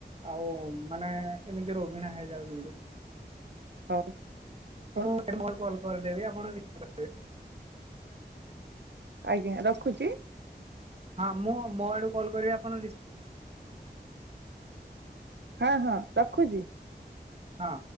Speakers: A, on the right; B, on the right.
A: ଆଉ ମାନେ ଏମିତି ରୋଗୀଣ ହେଇଯାଉଛନ୍ତି।
B: ହଉ। ହଉ
A: ମଲ ମଲ୍। କରିଦେବି ଆପଣ <unintelligible>
B: ଆଜ୍ଞା ରଖୁଛି।
A: ହଁ ମୁଁ ମୋ ଆଡକୁ କଲ୍ କରିବି ଆପଣ ରିସ
B: ହଁ ହଁ ରଖୁଛି।
A: ହଁ।